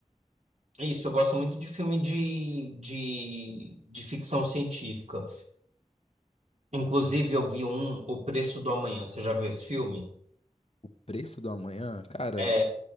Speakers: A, on the right; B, on the left.
A: É Isso, eu gosto muito de filme de, de, de ficção científica. Inclusive, eu vi um, O Preço do Amanhã. Você já viu esse filme?
B: Preço do Amanhã? Cara,
A: É,